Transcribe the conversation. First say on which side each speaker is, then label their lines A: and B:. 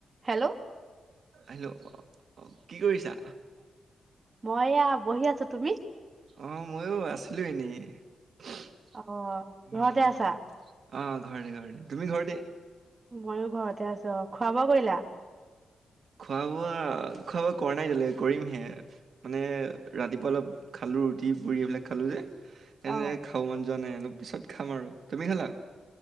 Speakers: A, on the right; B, on the right.
A: Hello.
B: Hello. কি কৰিছা
A: মই এয়া বহি আছো তুমি
B: অ' ময়ো আছিলো এনেই। উম
A: অ ঘৰতে আছা
B: অ' ঘৰতে ঘৰতে তুমি ঘৰতে।
A: মইয়ো ঘৰতে আছো অ' খোৱা-বোৱা কৰিলা।
B: খোৱা-বোৱা, খোৱা-বোৱা কৰা নাই এতিয়ালে কৰিমহে, মানে ৰাতিপুৱা অলপ খালো ৰুটি-পুৰি এইবিলাক খালো যে।
A: অ
B: এনেয়ে খাব মান যোৱা নাই এনেই। পিছত খাম আৰু তুমি খালা।